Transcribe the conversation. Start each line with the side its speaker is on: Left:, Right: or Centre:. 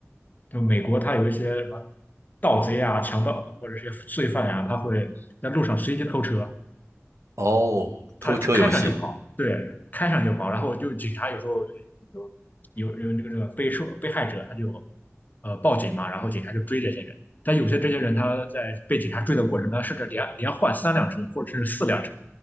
Left: 就美国它有一些什么盗贼啊、强盗或者是些罪犯呀、他会在路上随机偷车，
Right: 哦，
Left: 他开上就跑，
Right: 偷车游戏。
Left: 开上就跑，然后就警察有时候有有有这个这个被受被害者他就呃报警嘛，然后警察就追这些人，但有些这些人他在被警察追的过程中，甚至连连换三辆车或者甚至四辆车，